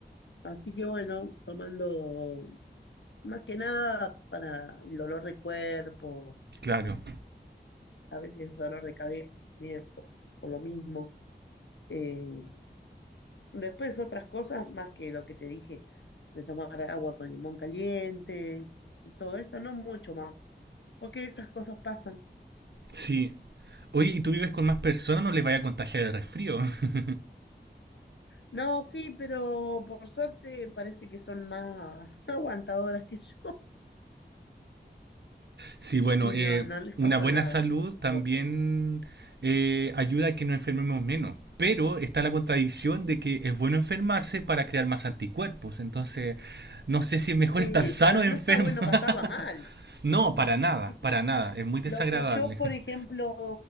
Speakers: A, on the left (about 85°); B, on the right (about 70°).
A: Así que bueno, tomando más que nada para el dolor de cuerpo,
B: Claro.
A: a veces dolor de cabeza, bien, por, por lo mismo. Eh, después otras cosas más que lo que te dije, de tomar agua con limón caliente y todo eso, no mucho más, porque esas cosas pasan.
B: Sí. Oye, ¿y tú vives con más personas? No les vaya a contagiar el resfrío. <laughs>
A: No, sí, pero por suerte parece que son más <laughs> aguantadoras que yo
B: Sí, bueno,
A: y
B: eh,
A: no, no les
B: una
A: pasó
B: buena
A: nada,
B: salud también
A: por suerte.
B: eh, ayuda a que nos enfermemos menos. Pero está la contradicción de que es bueno enfermarse para crear más anticuerpos. Entonces, no sé si es mejor
A: Sí,
B: estar sano
A: pero
B: o enfermo.
A: no está bueno
B: <laughs>
A: pasarla mal.
B: No, para nada,
A: Sí.
B: para nada. Es muy desagradable.
A: Lo que yo, por
B: <laughs>
A: ejemplo,